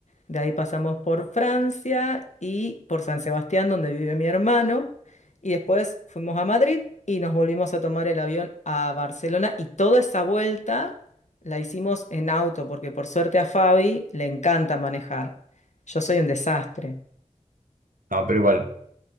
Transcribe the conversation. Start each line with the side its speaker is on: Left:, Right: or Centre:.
Left: de ahí pasamos por Francia y por San Sebastián, donde vive mi hermano, y después fuimos a Madrid y nos volvimos a tomar el avión a Barcelona y toda esa vuelta. La hicimos en auto porque por suerte a Fabi le encanta manejar. Yo soy un desastre.
Right: No, pero igual.